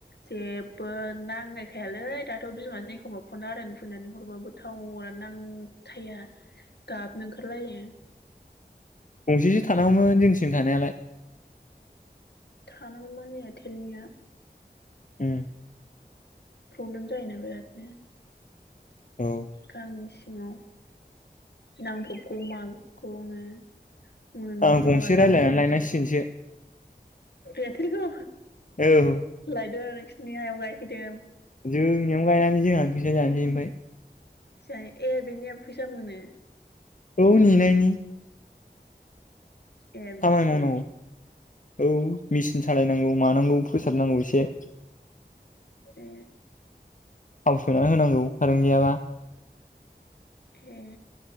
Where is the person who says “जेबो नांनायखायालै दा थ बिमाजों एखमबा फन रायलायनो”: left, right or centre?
Left